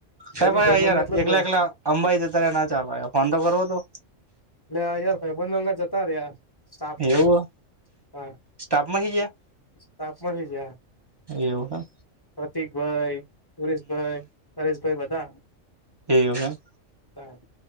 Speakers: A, on the left; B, on the right.
A: જોની
B: સાઈ
A: ભાઈબંધ
B: <unintelligible> યાર
A: એટલે જ
B: એકલા-એકલા
A: એટલે
B: અંબાઈ છે ત્યારે ના ચાલવાય ફોન તો કરવો હતો
A: લે આયર ભાઈ બંધ અંગા જતા રયા સાપ મળે
B: એવું
A: કા
B: સ્ટાફમાં હી ગયા
A: સાપ મલી જા
B: એવું હમ
A: પ્રતિક ભાઈ સુરેશભાઈ પરેશભાઈ બધા
B: એવું એમ
A: તામ